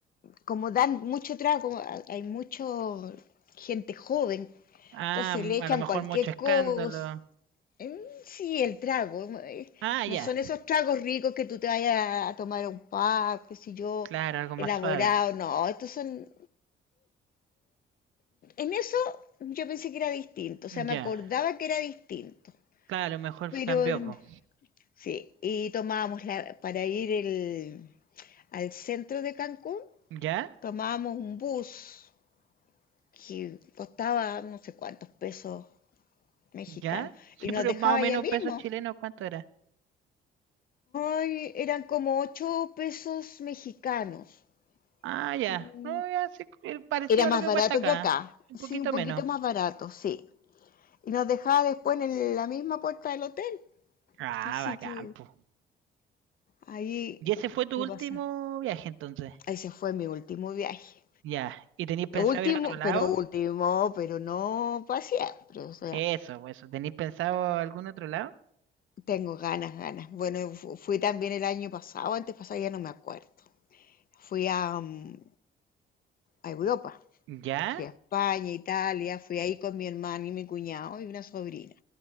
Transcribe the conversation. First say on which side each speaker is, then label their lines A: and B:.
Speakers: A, on the left; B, on the right.
A: como dan mucho trago, hay mucho gente joven
B: Ah,
A: Entonces
B: m-
A: le echan
B: a lo mejor
A: cualquier
B: mucho escándalo.
A: cosa. Mm, Sí, el trago. eh,
B: Ah, ya.
A: No son esos tragos ricos que tú te vayas a tomar a un pub, qué sé yo,
B: Claro, algo más
A: elaborado.
B: suave.
A: No, estos son... En eso yo pensé que era distinto. O sea,
B: Ya.
A: me acordaba que era distinto.
B: Claro, a lo mejor f-
A: Pero
B: cambió,
A: mm,
B: po.
A: sí, y tomábamos la, para ir el- al centro de Cancún,
B: ¿Ya?
A: tomábamos un bus que costaba no sé cuántos pesos mexicanos
B: ¿Ya? Sí,
A: y nos
B: pero
A: dejaba
B: más o menos
A: allá mismo.
B: pesos chilenos, ¿cuánto era?
A: Ay, eran como 8 pesos mexicanos.
B: Ah, ya.
A: Mm,
B: No, ya, sí, eh, parecido
A: Era más
B: a lo que
A: barato
B: cuesta acá.
A: que acá.
B: Un
A: Sí,
B: poquito
A: un poquito
B: menos.
A: más barato, sí. Y nos dejaba después en el- la misma puerta del hotel.
B: Ah,
A: Así
B: bacán,
A: que
B: po.
A: ahí
B: ¿Y ese fue tu
A: lo
B: último
A: pasa.
B: viaje entonces?
A: Ahí se fue mi último viaje.
B: Ya. ¿Y tenéis pensado
A: Último,
B: ir a otro lado?
A: pero último, pero no para siempre. O sea,
B: Eso, pues, eso. ¿Tenéis pensado algún otro lado?
A: tengo ganas, ganas. Bueno, fu- fui también el año pasado, antes pasado ya no me acuerdo. Fui a, mm, a Europa.
B: ¿Ya?
A: Fui a España, Italia, fui ahí con mi hermano y mi cuñado y una sobrina,